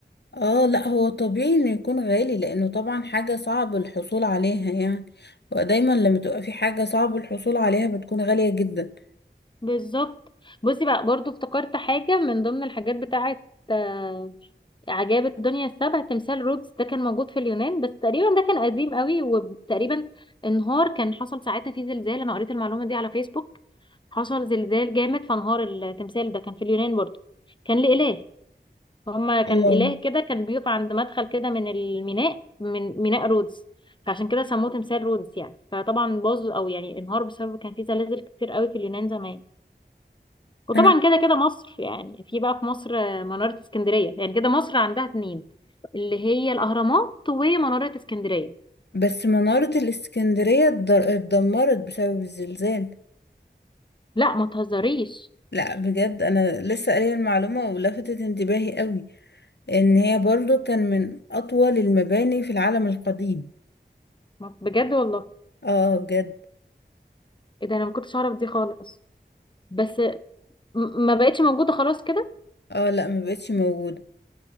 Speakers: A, on the left; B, on the left.
A: اه لا هو طبيعي انه يكون غالي لانه طبعا حاجة صعب الحصول عليها يعني ودايما لما تبقى في حاجة صعب الحصول عليها بتكون غالية جدا
B: بالظبط بصي بقى برضو افتكرت حاجة من ضمن الحاجات بتاعة آه، عجائب الدنيا السبع تمثال رودز ده كان موجود في اليونان بس تقريبا ده كان قديم قوي وتقريبا انهار كان حصل ساعتها فيه زلزال انا قريت المعلومة دي على فيسبوك حصل زلزال جامد فانهار التمثال ده كان في اليونان برضو كان لإله هما كان
A: اه
B: إله كده كان بيقف عند مدخل كده من الميناء من ميناء رودز فعشان كده سموه تمثال رودز يعني فطبعا باظ او يعني انهار بسبب كان فيه زلازل كتير قوي في اليونان زمان وطبعا
A: انا
B: كده كده مصر يعني في بقى في مصر منارة اسكندرية يعني كده مصر عندها اتنين اللي هي الأهرامات ومنارة اسكندرية
A: بس منارة الاسكندرية اتضر- اتدمرت بسبب الزلزال
B: لا ما تهزريش
A: لا بجد انا لسه قارية المعلومة ولفتت انتباهي قوي ان هي برضو كان من اطول المباني في العالم القديم
B: ما- بجد والله
A: اه بجد
B: ايه ده انا ما كنتش اعرف دي خالص بس م- ما بقتش موجودة خلاص كده
A: اه لا ما بقتش موجوده